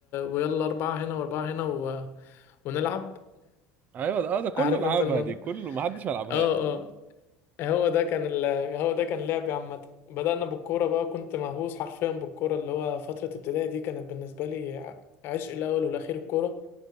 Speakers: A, on the left; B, on the right.
A: ويلا اربعة هنا واربعة هنا و... ونلعب
B: ايوه ده آه، ده كله
A: عارف
B: لعبها
A: انت الموضوع
B: دي كله ما حدش ما لعبهاش
A: اه اه هو ده كان ال... هو ده كان لعبي عامة بدأنا بالكورة بقى كنت مهووس حرفيا بالكورة اللي هو فترة ابتدائي دي كانت بالنسبة لي ع- عشق الأول والأخير الكورة